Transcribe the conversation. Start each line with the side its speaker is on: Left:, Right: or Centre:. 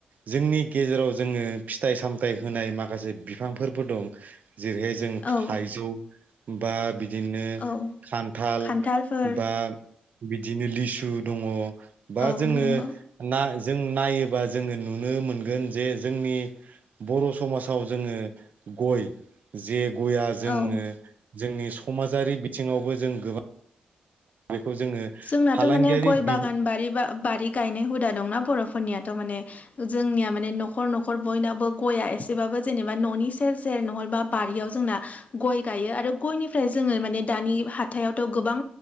Right: जोंनि गेजेराव जोङो फिथाइ सामथाइ होनाय माखासे बिफांफोरबो दं'जेरैहाय जों
Left: औ
Right: थाइजौ बा बिदिनो
Left: औ
Right: खान्थाल
Left: खान्थालफोर
Right: बा बिदिनो लिसु दङ' बा
Left: औ।
Right: जोङो
Left: नंगौ
Right: ना जों नायोबा जोङो नुनो मोनगोन जे जोंनि बर' समाजाव जोङो गय जे गया जोंनो
Left: औ
Right: जोंनि समाजारि बिथिङावबो जों गोबां बेखौ जोङो
Left: जोंनाथ'
Right: फालांगियारि
Left: माने गय
Right: बि
Left: बागान बारि बा बारि गायनाय हुदा दंना बर'फोरनियाथ' माने जोंनिया माने न'खर न'खर बयनाबो गया एसेबाबो जेनेबा न'नि सेर सेर सेर नहलबा बारियाव जोंना गय गायो आरो गयनिफ्राय जोङो माने दानि हाथायावथ' गोबां